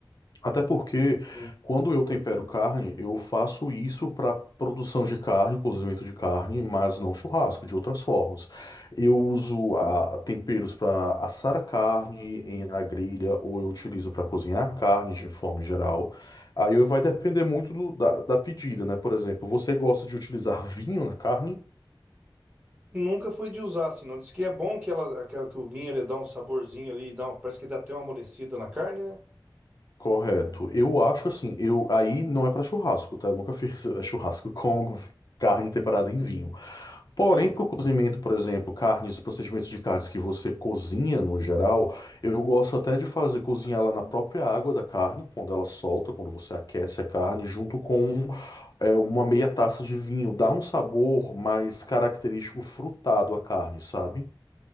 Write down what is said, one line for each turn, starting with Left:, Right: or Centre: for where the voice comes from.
Left: Até porque
Right: sim.
Left: quando eu tempero carne, eu faço isso para produção de carne, cozimento de carne, mas não churrasco, de outras formas. Eu uso ah, temperos para assar a carne em, na grelha, ou eu utilizo para cozinhar a carne de forma geral. Aí vai depender muito do- da, da pedida, né? Por exemplo, você gosta de utilizar vinho na carne?
Right: Nunca foi de usar, assim, não. Diz que é bom que ela, que, é, que o vinho ele dá um saborzinho ali, dá uma- parece que dá até uma amolecida na carne, né?
Left: Correto. Eu acho assim, eu aí não é para churrasco, tá? Eu nunca fiz <laughs> churrasco com carne temperada em vinho. Porém,
Right: Sim.
Left: para o cozimento, por exemplo, carnes, procedimentos de carnes que você cozinha no geral, eu gosto até de fazer cozinhar ela na própria água da carne, quando ela solta, quando você aquece a carne, junto com é, uma meia taça de vinho. Dá um sabor mais característico frutado à carne, sabe?